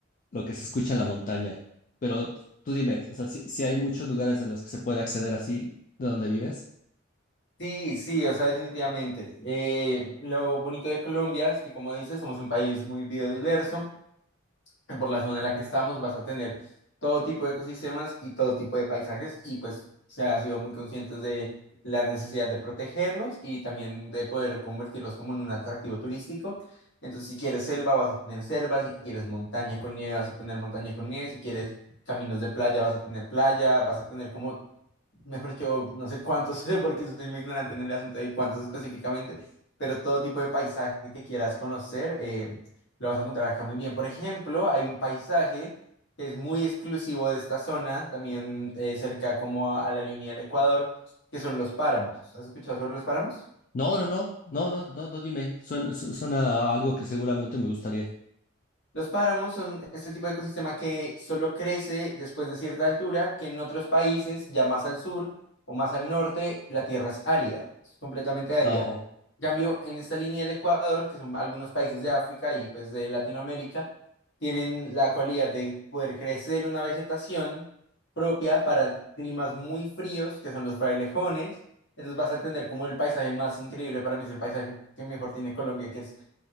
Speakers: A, on the left; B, on the left.
A: lo que se escucha en la montaña. Pero tú dime, o sea, si, si hay muchos lugares en los que se puede acceder así, de donde vives.
B: Sí, sí, o sea, definitivamente. Eh, lo bonito de Colombia es que, como dices, somos un país muy biodiverso. por la zona en la que estamos, vas a tener todo tipo de ecosistemas y todo tipo de paisajes y pues se ha sido muy conscientes de la necesidad de protegerlos y también de poder convertirlos como en un atractivo turístico. Entonces, si quieres selva, vas a tener selva, si quieres montaña con nieve, vas a tener montaña con nieve, si quieres caminos de playa, vas a tener playa, vas a tener como mejor yo no sé cuántos, <laughs> porque soy muy ignorante en el asunto de cuántos específicamente, pero todo tipo de paisaje que quieras conocer, eh, lo vas a encontrar acá muy bien. Por ejemplo, hay un paisaje que es muy exclusivo de esta zona, también eh, cerca como a la línea del Ecuador, que son los páramos. ¿Has escuchado sobre los páramos?
A: No, no, no, no, no, no, no, dime. Suena, su- suena a algo que seguramente me gustaría.
B: Los páramos son este tipo de ecosistema que solo crece después de cierta altura, que en otros países, ya más al sur o más al norte, la tierra es árida, es completamente árida.
A: Ah, oh,
B: En cambio, en esta línea del Ecuador, que son algunos países de África y pues de Latinoamérica, tienen la cualidad de poder crecer una vegetación propia para climas muy fríos, que son los frailejones. Entonces vas a tener como el paisaje más increíble, para mí es el paisaje que mejor tiene Colombia, que es